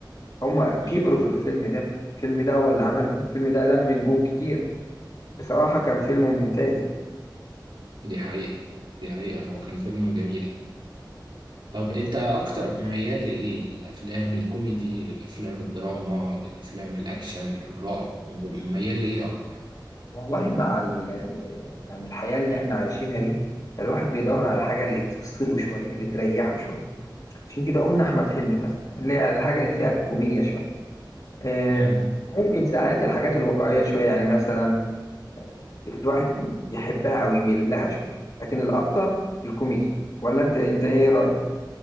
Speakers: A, on the left; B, on the right.
A: هما
B: مم.
A: كبروا في الفيلم ده الفيلم ده هو اللي عملهم الفيلم ده لم نجوم كتير بصراحة كان فيلم ممتاز يعني.
B: دي حقيقه دي حقيقه هو كان فيلم جميل طب انت اكتر ميال لايه للافلام الكوميدي للافلام الدراما للافلام الاكشن للرعب ميال لايه اكتر
A: والله مع ال... يعني الحياة اللي احنا عايشينها دي فالواحد بيدور على الحاجة اللي تفصله شوية اللي تريحه شوية عشان كده قلنا أحمد حلمي مثلا اللي هي الحاجة اللي فيها كوميديا شوية آه،
B: امم
A: ممكن ساعات الحاجات الواقعية شوية يعني مثلا الواحد يحبها أو يميل لها شوية لكن الأكتر الكوميدي ولا أنت أنت إيه رأيك؟